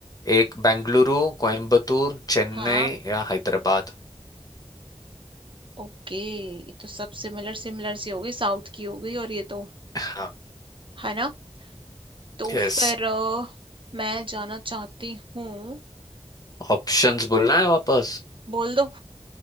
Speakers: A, on the left (about 35°); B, on the right (about 50°).
A: एक बेंगलुरु कोयम्बतूर चेन्नई
B: हाँ
A: या हैदराबाद
B: ओके ये तो सब सिमिलर सिमिलर सी हो गई साउथ की हो गई और ये तो
A: हाँ
B: है ना तो
A: यस
B: फिर अ, मैं जाना चाहती हूँ
A: ऑप्शंस बोलना है वापस
B: बोल दो